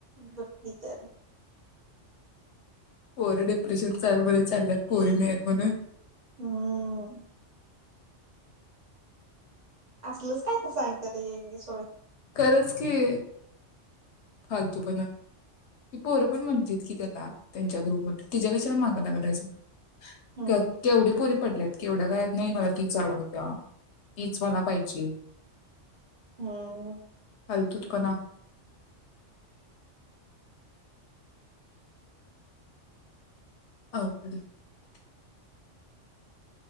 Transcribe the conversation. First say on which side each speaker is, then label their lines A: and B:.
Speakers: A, on the right; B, on the left.
A: बकी तर-
B: पोर डिप्रेशन <unintelligible> चालल्यात पोरी नाहीत म्हणून-
A: हम्- असलच काय तर सांगत ते सोड.
B: खरच की- फालतूपणा ती पोरं पण म्हणत्यात की त्याला त्यांच्या ग्रुप मधे तिच्या कशाला माग लागलंयस?
A: हम्म
B: केव? केवढी पोरी पडल्यायत केवढं काय नाही मला तीच आवडती या. तीच मला पाहिजे.
A: हम.
B: फालतूपणा... <unintelligible>